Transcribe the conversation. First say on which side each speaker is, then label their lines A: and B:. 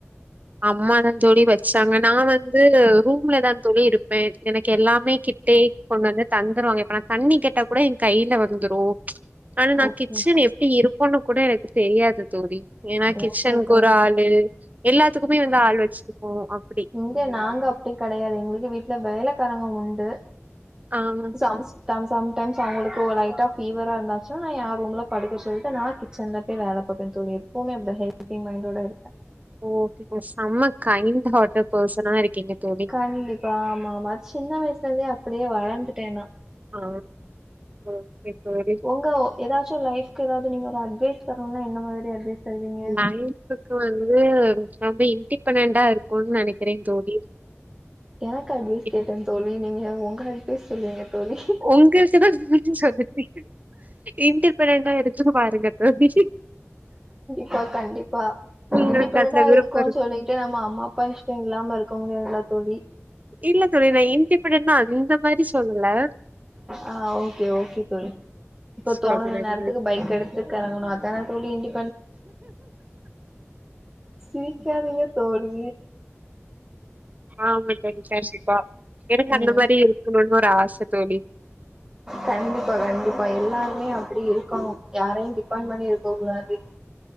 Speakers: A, on the right; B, on the right.
A: அம்மா தா தோழி வெச்சாங்க நா வந்து ரூம்ல தா தோழி இருப்பே எனக்கு எல்லாமே கிட்டே கொண்டு வந்து தந்துருவாங்க இப்ப நா தண்ணி கேட்டா கூட எ கையில வந்துரு ஆனா நா
B: ஓகே
A: கிச்சன் எப்டி இருக்குனு கூட எனக்கு தெரியாது தோழி ஏனா கிச்சன்க்கு
B: ஓகே தோழி
A: ஒரு ஆளு
B: ஓகே
A: எல்லாத்துக்குமே வந்து ஆள் வச்சிருக்கோ அப்டி
B: இங்க நாங்க அப்டி கெடையாது எங்களுக்கு வீட்ல வேலக்காரங்க உண்டு
A: ஆ
B: சமச் சம் சம் டைம்ஸ் அவுங்களுக்கு ஒரு லைட்டா ஆ ஃபீவரா இருந்தாச்சா எ ரூம்ல படுக்க சொல்லிட்டு நா கி ச்சன்ல பேய் வேல பாப்பே தோழி எப்பவுமே அப்டிதா ஹெல்பி்ங் மைண்டோட இருப்ப
A: ஓகே செம்ம கைண்ட் ஹாட்டு பெசனா இருக்கீங்க தோழி
B: கண்டிப்பா ஆமா ஆமா அது சின்ன வயசுல இருந்தே அப்டியே வளந்துட்டே நா
A: ஆ ஓகே தோழி
B: ஒங்கோ எதாச்சு லைஃப்க்கு ஏதாவது நீங்க ஒரு அட்வைஸ் தரனுனா என்ன மாரி அட்வைஸ் தருவீங்க
A: லைஃப்புக்கு வந்து ரொம்ப இன்டிபெண்டன்டா இருக்குனு நெனைக்கிறே தோழி
B: எனக்கு அட்வைஸ்
A: இன்-
B: கேட்டே தோழி நீங்க உங்க அட்வைஸ் சொல்வீங்க தோழி
A: ஒங்களுக்கு தா <unintelligible> சொன்னே இன்டிப்பென்டன்டா இருக்குனு பாருங்க தோழி
B: பா கண்டிப்பா
A: உங்களுக்கு
B: இண்டிபென்டன்டா
A: அதுல விருப்பம்
B: இருக்கு சொல்லிட்டு நம்ம அம்மா அப்பா இஷ்டம் இல்லாம இரு க்க முடியல தோழி
A: இல்ல தோழி நா இன்டிபெண்டன்னா இந்த மாரி சொல்லல
B: ஆ ஓகே ஓகே தோழி இப்ப
A: சொல்றேன்
B: தோனன நேரத்துக்கு
A: தோழி.
B: பைக் எடுத் து அடங்கனு அதா தோழி இண்டி சிரிக்காதீங்க தோழி
A: ஆமா தோழி கண்டிப்பா எனக்கு
B: ம்
A: அந்த மாரி இருக்கனுன் ஒரு ஆச தோழி
B: கண்டிப்பா கண்டிப்பா எல்லாருமே அப்டி இருக்கனு யாரையு டிப்பன் பண்ணி இருக்க கூடாது